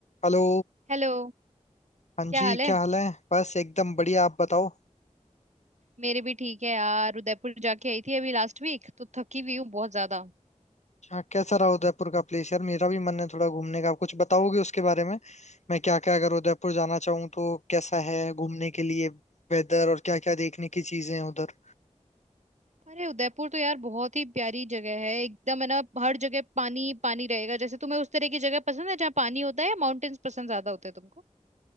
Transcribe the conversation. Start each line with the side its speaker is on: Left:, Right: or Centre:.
Left: Hello
Right: Hello
Left: हाँ
Right: क्या
Left: जी
Right: हाल है
Left: क्या हाल है बस एकदम बढ़िया आप बताओ
Right: मेरे भी ठीक है यार उदयपुर जाके आई थी अभी लास्ट वीक तो थकी हुई हूँ बहुत ज्यादा
Left: क्या कैसा रहा उदयपुर का प्लेस यार मेरा भी मन है थोड़ा घूमने का आप कुछ बताओगे उसके बारे में मैं क्या क्या अगर उदयपुर जाना चाहूँ तो कैसा है घूमने के लिए वेदर और क्या क्या देखने की चीजें हैं उधर
Right: अरे उदयपुर तो यार बहुत ही प्यारी जगह है एकदम है ना हर जगह पानी ही पानी रहेगा जैसे तुम्हें उस तरह की जगह पसंद है जहाँ पानी होता है या माउंटेन्स पसंद ज्यादा होते हैं तुमको